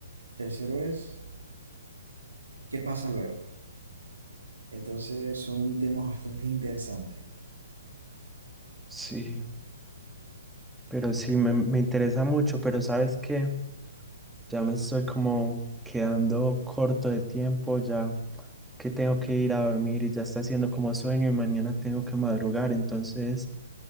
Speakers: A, on the right; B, in the centre.
A: Tercero es qué pasa luego. Entonces son temas bastante interesantes.
B: Sí. Pero sí, me, me interesa mucho, pero sabes que ya me estoy como quedando corto de tiempo, ya que tengo que ir a dormir y ya está haciendo como sueño y mañana tengo que madrugar, entonces